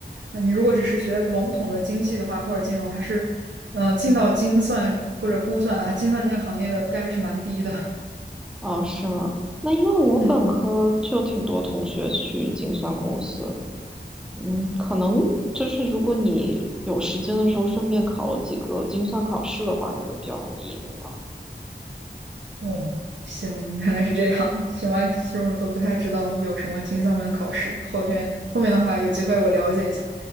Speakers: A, on the right (about 80°); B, in the centre.
A: 啊，你如果只是学笼统的经济的话，或者金融，还是，呃，进到精算或者估算啊，精算这个行业的概率是蛮低的。
B: 哦，是吗？那因为我本科就挺多同学去精算公司，
A: 嗯。
B: 嗯，可能就是如果你有时间的时候顺便考几个精算考试的话，就会比较容易一点吧。
A: 哦，行，原来是这样。行吧，其实我都不太知道有什么精算班考试。后天后面的话，有机会我了解一下，